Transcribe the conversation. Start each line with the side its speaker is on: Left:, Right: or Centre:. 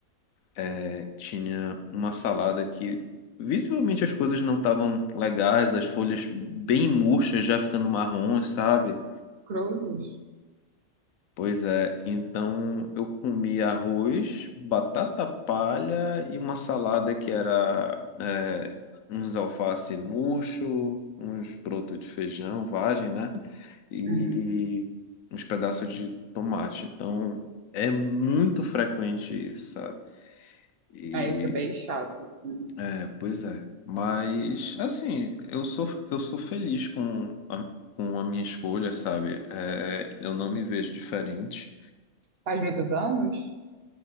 Left: é, tinha uma salada que visivelmente as coisas não estavam legais, as folhas bem murchas, já ficando marrons, sabe?
Right: Cruzes?
Left: Pois é, então eu comi arroz, batata palha e uma salada que era é, uns alface murcho, uns brotos de feijão, vagem, né? E
Right: Uhum.
Left: uns pedaços de tomate. Então é muito frequente, isso, sabe? E
Right: É, isso é bem chato, assim.
Left: é, pois é. Mas assim, eu sou eu sou feliz com a, com a minha escolha, sabe? É, eu não me vejo diferente.
Right: Faz muitos anos?